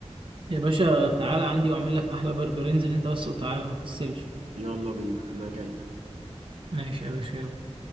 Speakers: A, on the right (about 50°); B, on the right (about 75°).
A: يا باشا تعالى عندي واعمل لك احلى برجر انزل انت بس وتعالى ما تكسلش
B: يلا بينا أنا جايلك
A: ماشي يا باشا يلا.